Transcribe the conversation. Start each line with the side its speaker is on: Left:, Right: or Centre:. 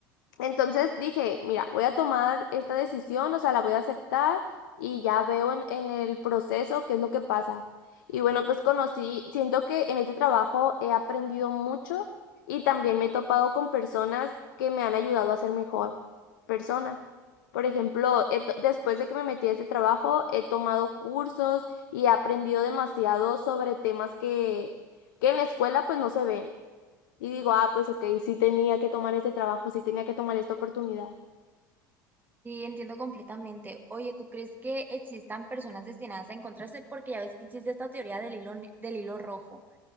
Left: Entonces dije, mira, voy a tomar esta decisión, o sea, la voy a aceptar y ya veo en, en el proceso qué es lo que pasa. Y bueno, pues conocí, siento que en este trabajo he aprendido mucho y también me he topado con personas que me han ayudado a ser mejor persona. Por ejemplo, he to- después de que me metí a este trabajo, he tomado cursos y he aprendido demasiado sobre temas que, que en la escuela pues no se ven. Y digo, ah, pues ok, sí tenía que tomar este trabajo, sí tenía que tomar esta oportunidad.
Right: Sí, entiendo completamente. Oye, ¿tú crees que existan personas destinadas a encontrarse? Porque ya ves que existe esta teoría del hilo, ne- del hilo rojo,